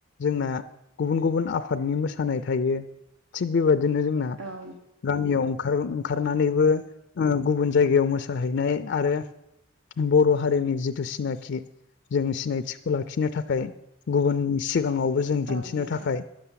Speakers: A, on the left (about 60°); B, on the right (about 85°).
A: जोंना गुबुन गुबुन आफादनि मोसानाय थायो थिग बेबायदिनो जोंना
B: औ नोंथां औ
A: गामियाव ओंखार ओंखारनानैबो गुबुन जायगायाव मोसाहैनाय आरो बर' हारिनि जिथु सिनाखि जों सिनायथि खौ लाखिनो थाखाय गुबुननि सिगाङावबो जों
B: औ
A: दिन्थिनो
B: नोंथां
A: थाखाय
B: औ